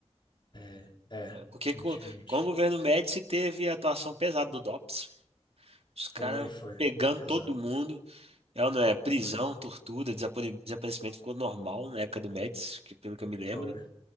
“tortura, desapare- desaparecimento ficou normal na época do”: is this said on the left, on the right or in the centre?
Right